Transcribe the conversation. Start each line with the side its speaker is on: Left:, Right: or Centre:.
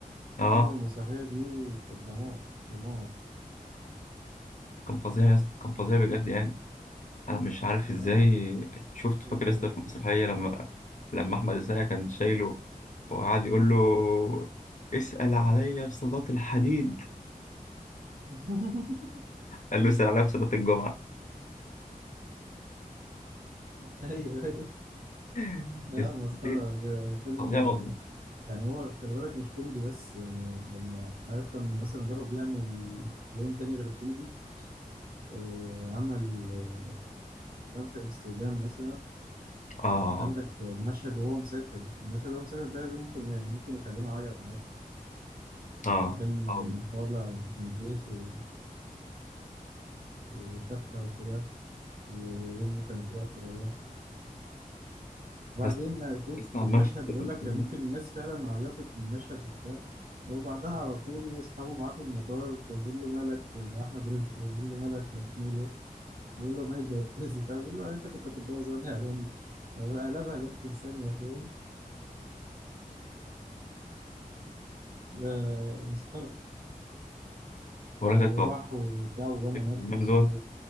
Left: اه
Right: وعملوا المسرحية دي كانت دمار دمار
Left: كان فظيع يا اسطى كان فظيع بجد يعني انا مش عارف ازاي
Right: آه.
Left: شفت
Right: و...
Left: فاكر يا اسطى في المسرحية لما لما احمد السقا كان شايله وقعد يقول له اسأل عليا في صلاة الحديد
Right: <laughs>
Left: قال له يسأل عليها في صلاة الجمعة
Right: ايوه ايوه
Left: <laughs>
Right: لا
Left: يس-
Right: مسخرة
Left: دي
Right: هو فيلم
Left: فظيعة والله
Right: يعني هو خلي بالك مش كوميدي بس يعني لما عارف لما مثلا جرب يعمل لون تاني غير الكوميدي آه، عمل آه، حمام في امستردام مثلا
Left: آه
Right: عندك المشهد وهو مسافر المشهد وهو مسافر ده ممكن يعني ممكن يخلينا اعيط عادي
Left: آه آه
Right: مكان
Left: والله.
Right: طالع من بيته وشافها وكده وأمي كانت واقفة وراه وبعدين
Left: بس
Right: أشوف
Left: اسمع
Right: المشهد
Left: همام في
Right: بقول
Left: امستردام
Right: لك كان ممكن الناس فعلا عيطت من المشهد وبتاع وبعدها على طول أصحابه معاه في المطار فبيقول له مالك يا أحمد رزق بيقول له مالك مخنوق ليه؟ بيقول له مالك اتجوزت وبتاع بيقول له يعني أنت كنت هتتجوز وأنا ألواني قلبها ضحك في ثانية فاهم؟ ده مسخرة
Left: ولا
Right: وراح
Left: كده
Right: وبتاع وبنى نفسه
Left: همام دوت